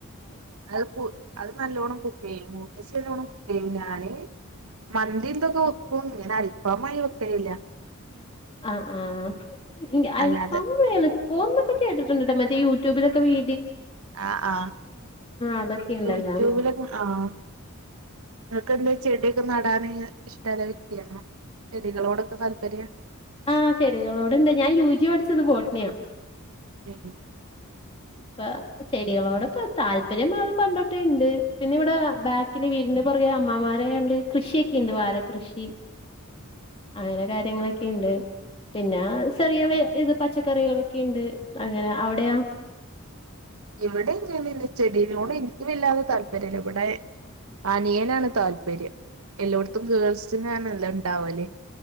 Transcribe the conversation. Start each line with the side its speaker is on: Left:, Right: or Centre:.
Right: അത് പോ അത് നല്ലോണ്ണം കുക്ക് ചെയ്യും മുത്തച്ചി നല്ലോണം കുക്ക് ചെയ്യും ഞാന് മന്തിയൊക്കൊ വെക്കും ഇങ്ങനെ അൽഫമായി വെക്കലില്ല.
Left: ആഹ് ആഹ് അൽഫാം
Right: അല്ലാതെ
Left: എളുപ്പോ ന്നൊക്കെ കേട്ടിട്ട് ഉണ്ട് കേട്ടോ മറ്റ യൂട്യൂബിലൊക്കെ വീ
Right: ആ ആ
Left: അതൊക്കെ ഉണ്ടല്ലോ
Right: യൂട്യൂബിലൊ ആനിങ്ങക്ക് എന്താ ചെടിയക്കെ ന ടാന് ഇഷ്ടള്ള വ്യക്തിയണോ ചെടികളോടൊക്കെ താല്പര്യ
Left: ആ ചെടികളോട്ണ്ട് ഞാൻ യുജി പഠിച്ചത് ബോട്ടണിയാ
Right: ഉം
Left: ഇപ്പ ചെടികളോടെ ഇപ്പ താല്പര്യംത് പണ്ടൊട്ടുണ്ട് പിന്നെ ഇവിടെ ബാക്കില് വീടിന്റെ പുറകെ അമ്മാരണ്ട് കൃഷിയൊക്കെണ്ട് വാഴ കൃഷി അങ്ങനെ ക ര്യങ്ങളൊക്കെ ഉണ്ട്. പിന്നെ ചെറിയ വേ ഇത് പച്ചക്കറികളൊക്കെ ഉണ്ട് അങ്ങനെ അവിടെയാ
Right: ഇവിടെങ്ങൻ ചെടികളോട് എനിക്ക് വല്ലാത താല്പര്യംല്ല ഇവിടെ അനിയനാണ് താല്പര്യം. എല്ലായിടത്തും ഗേൾസിനാണല്ലാ ഉണ്ടാവല്